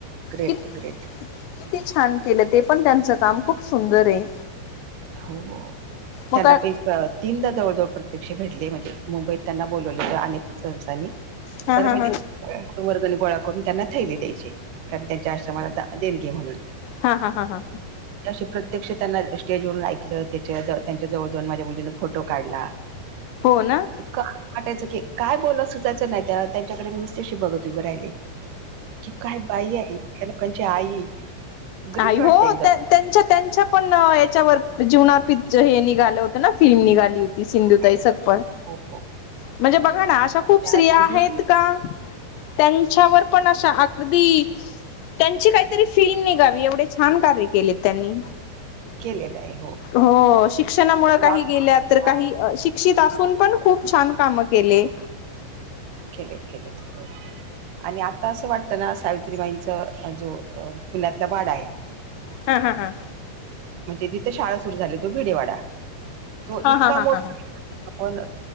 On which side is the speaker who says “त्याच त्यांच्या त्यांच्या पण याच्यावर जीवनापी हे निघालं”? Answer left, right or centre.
Left